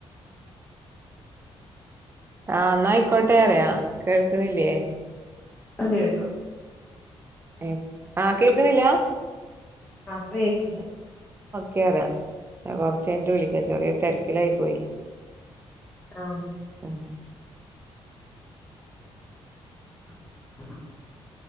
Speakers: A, on the right (about 25°); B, on the left (about 15°).
A: ആ.. എന്നായിക്കോട്ടെ. അറിയ കേൾക്കണില്ലേ.
B: ഇപ്പംകേട്ടു
A: ആ.. ആ.. കേക്കണില്ല
B: ആ.. കേക്കണുണ്ട്.
A: കേറുക കൊറച്ചുകഴിഞ്ഞിട്ട് വിളിക്കാം ചെറിയ തിരക്കിലായി പോയി.
B: ആമ്
A: ഉം
B: <unintelligible>